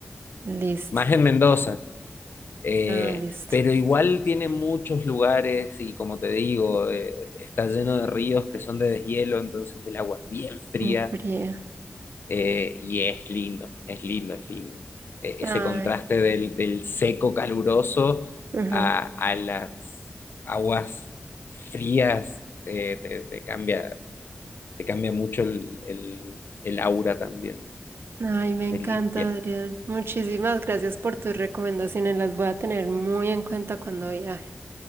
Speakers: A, on the right (about 85°); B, on the left (about 70°).
A: Listo.
B: Más en Mendoza. Eh,
A: Ah, listo.
B: pero igual tiene muchos lugares y como te digo, eh, está lleno de ríos que son de deshielo, entonces el agua es bien fría
A: De Frío.
B: eh, y es lindo, es lindo, es lindo. E-
A: Ay.
B: ese contraste del, del seco caluroso
A: ujú.
B: a, a las aguas frías eh, te, te cambia, te cambia mucho el, el, el aura también,
A: Ay, me encanta,
B: te limpia.
A: Adrián. Muchísimas gracias por tus recomendaciones. Las voy a tener muy en cuenta cuando viaje.